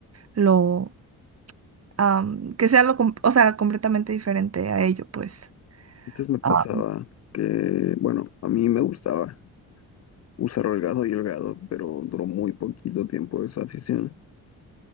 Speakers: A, on the right; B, on the left.
A: lo, am, que sea lo, com- o sea, completamente diferente a ello, pues.
B: Antes me pasaba
A: Ah,
B: que, bueno, a mí me gustaba usar holgado y holgado, pero duró muy poquito tiempo esa afición.